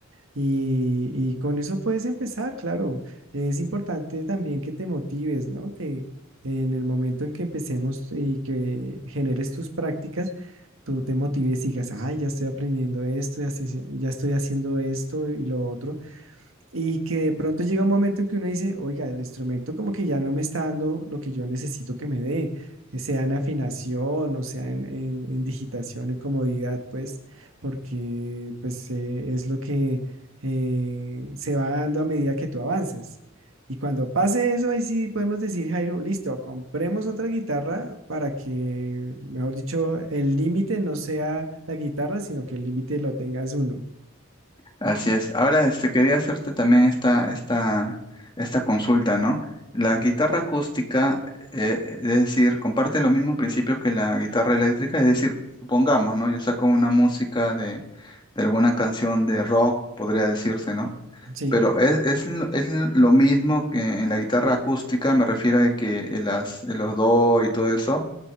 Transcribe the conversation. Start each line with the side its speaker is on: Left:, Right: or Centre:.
Right: Y, y con eso puedes empezar, claro. Es importante también que te motives, ¿no? Que en el momento en que empecemos y que generes tus prácticas, tú te motives y digas, ay, ya estoy aprendiendo esto, ya, estoy haci- ya estoy haciendo esto y lo otro. Y que de pronto llega un momento en que uno dice, oiga, el instrumento como que ya no me está dando lo que yo necesito que me dé, que sea en afinación o sea en, en- en digitación, en comodidad, pues, porque pues eh, es lo que eh, se va dando a medida que tú avanzas. Y cuando pase eso, ahí sí podemos decir, Jairo, listo, compremos otra guitarra para que, mejor dicho, el límite no sea la guitarra, sino que el límite lo tengas uno.
Left: Así es. Ahora, este, quería hacerte también esta, esta, esta consulta, ¿no? La guitarra acústica, eh, es decir, comparte los mismos principios que la guitarra eléctrica, es decir, supongamos, ¿no? Yo saco una música de, de alguna canción de rock, podría decirse, ¿no?
Right: Sí.
Left: Pero es, es, lo es lo mismo que en la guitarra acústica, me refiero a que las, los do y todo eso.